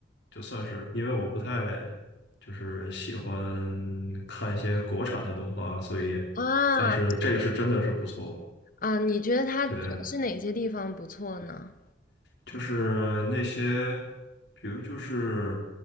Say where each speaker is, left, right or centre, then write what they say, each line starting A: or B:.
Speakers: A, on the left (about 70°); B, on the left (about 50°).
A: 就算是因为我不太就是喜欢看一些国产的动画，所以，
B: 啊
A: 但是这个是真的是不错。
B: 啊，你觉得它主要是哪些地方不错呢？
A: 对，就是那些，比如就是